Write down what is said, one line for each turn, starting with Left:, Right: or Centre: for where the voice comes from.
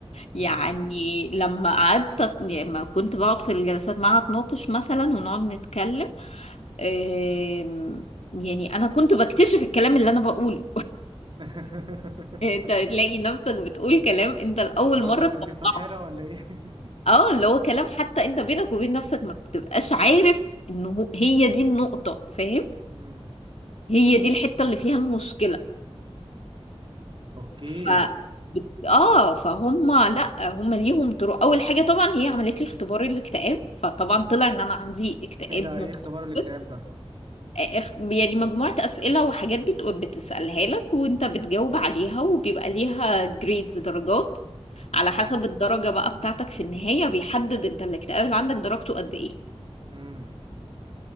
Left: يعني
Right: مم.
Left: لما قعدت أت- يعني لما كنت بقعد في الجلسات معاها اتناقش مثلا ونقعد نتكلم آم، يعني انا كنت بكتشف الكلام اللي انا بقوله
Right: <laughs>
Left: <laughs> انت تلاقي نفسك بتقول كلام انت لاول
Right: لو
Left: مره
Right: انت
Left: تطلعه
Right: ساحرة ولا ايه؟ <laughs>
Left: اه اللي هو كلام حتى انت بينك وبين نفسك ما بتبقاش عارف انه هو- هي دي النقطه فاهم
Right: مم.
Left: هي دي الحته اللي فيها المشكله
Right: اوكي
Left: ف بت- اه فهم لا هم ليهم طرق اول حاجه طبعا هي عملت لي اختبار الاكتئاب فطبعا طلع ان انا عندي اكتئاب
Right: ايه ده
Left: متوسط
Right: ايه اختبار الاكتئاب ده
Left: اخ- يعني مجموعه اسئله وحاجات بت... بتسالها لك وانت بتجاوب عليها وبيبقى ليها جريدز درجات على
Right: امم
Left: حسب الدرجه بقى بتاعتك في النهايه بيحدد انت الاكتئاب اللي عندك درجته قد ايه
Right: امم